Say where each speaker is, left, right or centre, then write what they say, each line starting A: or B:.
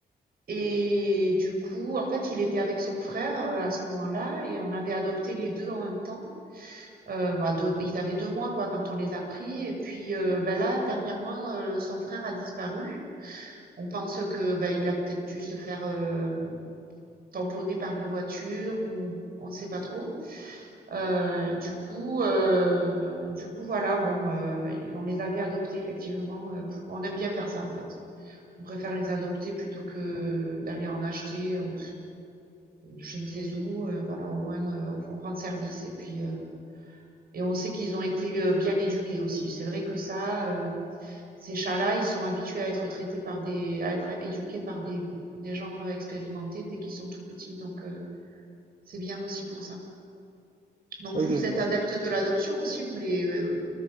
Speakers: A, on the right; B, on the right.
A: Et du coup, en fait, il était avec son frère euh, à ce moment-là et on avait adopté les deux en même temps. Euh, bah, deux- ils avaient deux mois quoi quand on les a pris et puis euh, bah, là dernièrement euh, son frère a disparu. On pense que bah, il a peut-être dû se faire euh, tamponner par une voiture ou on ne sait pas trop. Euh, du coup euh, du coup voilà bon euh, et on les avait adoptés effectivement. euh, pour- On aime bien faire ça en fait. On préfère les adopter plutôt que d'aller en acheter euh, je ne sais où. euh, voilà au moins euh, on, on rend service et puis euh, Et on sait qu'ils ont été euh, bien éduqués aussi. C'est vrai que ça, euh, ces chats-là, ils sont habitués à être traités par des, à être éduqués par des, des gens euh, expérimentés dès qu'ils sont tout petits. Donc, euh, c'est bien aussi pour ça. Donc,
B: Ok,
A: vous,
B: je
A: vous êtes
B: vois.
A: adepte de l'adoption aussi, vous les, euh,